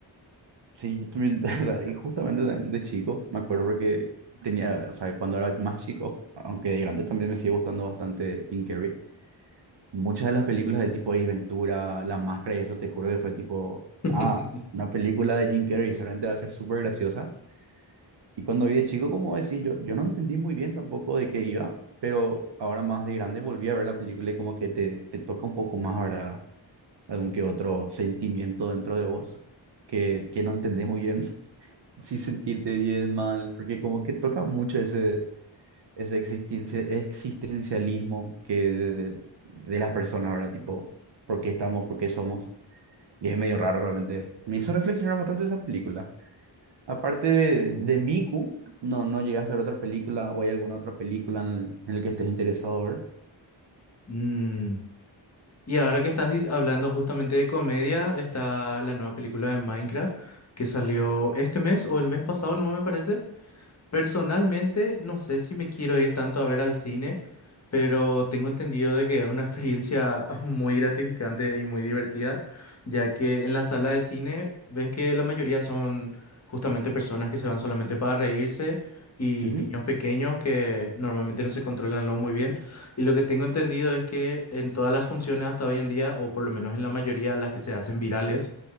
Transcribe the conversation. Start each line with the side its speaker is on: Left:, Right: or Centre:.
Right: Sí, yo también, <laughs> o sea, y justamente de, de chico, me acuerdo porque tenía, o sea, cuando era más chico, aunque de grande también me sigue gustando bastante Jim Carrey. Muchas de las películas del tipo Ace Ventura, La Máscara y eso, te juro que fue tipo,
Left: <laughs>
Right: ah, una película de Jim Carrey, seguramente va a ser súper graciosa. Y cuando vi de chico, como decís, yo, yo no entendí muy bien tampoco de qué iba, pero ahora más de grande volví a ver la película y como que te, te toca un poco más, ¿verdad? Algún que otro sentimiento dentro de vos que, que no entendés muy bien <laughs> si sentirte bien, mal, porque como que toca mucho ese ese existencia, existencialismo que de, de- de las personas, ¿verdad? Tipo, ¿por qué estamos? ¿Por qué somos? Y es medio raro realmente. Me hizo reflexionar bastante esa película. Aparte de, de Miku, no, no llegaste a ver otra película o hay alguna otra película en, el, en la que estés interesado ver.
Left: Mm, Y ahora que estás dis- hablando justamente de comedia, está la nueva película de Minecraft que salió este mes o el mes pasado, no me parece. Personalmente, no sé si me quiero ir tanto a ver al cine, pero tengo entendido de que es una experiencia <laughs> muy gratificante y muy divertida, ya que en la sala de cine ves que la mayoría son justamente personas que se van solamente para reírse y
Right: Ujú,
Left: niños pequeños que normalmente no se controlan lo muy bien. Y lo que tengo entendido es que en todas las funciones hasta hoy en día, o por lo menos en la mayoría, las que se hacen virales,